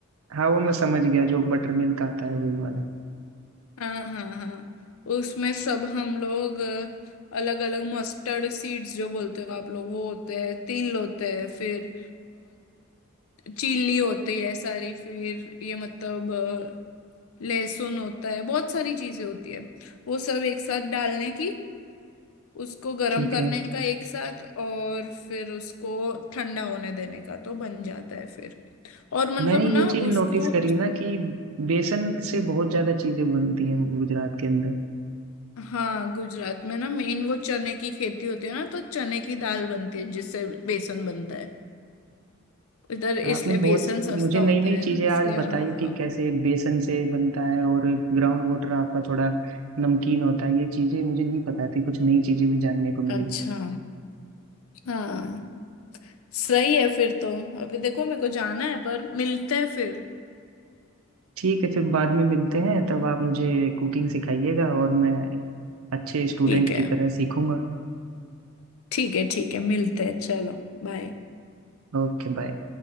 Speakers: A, on the right (about 80°); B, on the left (about 80°).
A: हाँ वो मैं समझ गया जो बटर मिल्क आता है वही वाला
B: हाँ हाँ हाँ उसमें सब हम लोग अलग अलग मस्टर्ड सीड्स जो बोलते हो आप लोग वो होते हैं तिल होते हैं फिर चिल्ली होती है सारी फिर ये मतलब अ, लहसुन होता है बहुत सारी चीजें होती है वो सब एक साथ डालने की उसको गर्म
A: ठीक
B: करने
A: है
B: का एक साथ और फिर उसको ठंडा होने देने का तो बन जाता है फिर और मतलब
A: मैंने ये
B: ना
A: चीज नोटिस
B: उसको
A: करी ना कि बेसन से बहुत ज्यादा चीजें बनती हैं गुजरात के अंदर
B: हाँ गुजरात में ना मेन वो चने की खेती होती है ना तो चने की दाल बनती है जिससे बेसन बनता है इधर इसलिए
A: आपने बहुत
B: बेसन सस्ता
A: मुझे नई
B: होता
A: नई
B: है
A: चीजें
B: ना इसलिए
A: आज बताई
B: हाँ
A: कि कैसे बेसन से बनता है और ग्राउंड वाटर आपका थोड़ा नमकीन होता है ये चीजें मुझे नहीं पता थी कुछ नई चीजें भी जानने को मिली
B: अच्छा हाँ सही है फिर तो अभी देखो मेरे को जाना है पर मिलते हैं फिर
A: ठीक है फिर बाद में मिलते हैं तब आप मुझे कुकिंग सिखाइएगा और मैं अच्छे स्टूडेंट
B: ठीक है
A: की तरह सीखूंगा
B: ठीक है ठीक है मिलते हैं चलो बाय
A: Okay bye